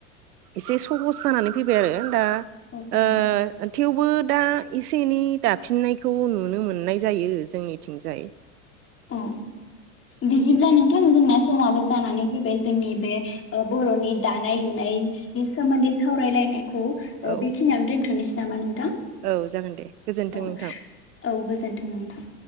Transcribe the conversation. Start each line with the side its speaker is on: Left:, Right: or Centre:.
Right: इसेस सहस जानानै फैबाय आरो दा
Left: औ
Right: ओ
Left: नंगौ
Right: ओन थेवबो दा एसे एनै दाफिननायखौ नुनो मोननाय जायो जोंनिथिंजाय
Left: अ दिदिब्ला नों नोंथां जोंना समाबो जानानै फैबाय जोंनि बे ओ बर'नि दानाय लुनाय-नि सोमोन्दै सावरायलायनाय खौ ओ
Right: औ
Left: बेखिनियावनो दोनथ'नोस नामा नोंथां?
Right: औ जागोन दे। गोजोन्थों
Left: औ
Right: नोंथां
Left: औ गोजोनथों नोंथां।